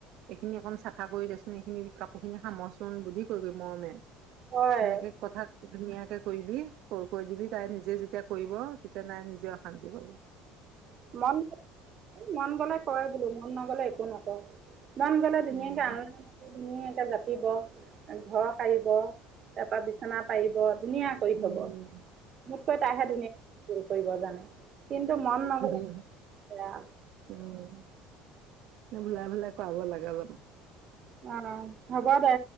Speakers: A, on the right (about 65°); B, on the right (about 45°).
A: এইখিনি অকন চাফা কৰি দেচোন এইখিনি কাপোৰ খিনি সামৰচোন বুদ্ধি কৰি । মৰমে
B: হয়
A: সেনেকে কথা ধুনীয়া কৰিবি কৈ কৈ দিবি তাই নিজে যেতিয়া কৰিব তেতিয়া নাই নিজে হাজি ভাল
B: মন গলে মন গলে কৰে বোলো মন নগলে একো নকওঁ মন গ'লে ধুনীয়াকে
A: উম
B: আলনা ধুনীয়াক জাপিব ঘৰ হাৰিব তাৰ পৰা বিছনা পাৰিব ধুনীয়া কৰি
A: উম
B: থ'ব মোতকৈ তাইহে ধুনীয়াকৈ কৰিব জানে কিন্তু মন নগ'লে
A: উ
B: বেয়া
A: উম ভুলাই ভুলাই কৰা লাগে অলপ ।
B: অ হ'বা দে